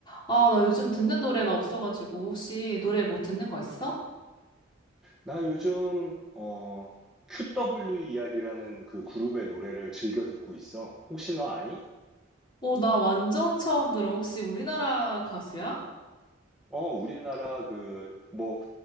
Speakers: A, on the left; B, in the centre.
A: 아, 나 요즘 듣는 노래가 없어가지고 혹시 노래 뭐 듣는 거 있어?
B: 나 요즘 어, QWER이라는 그 그룹의 노래를 즐겨 듣고 있어. 혹시 너 아니?
A: 오, 나 완전 처음 들어. 혹시 우리나라 가수야?
B: 어, 우리나라 그 뭐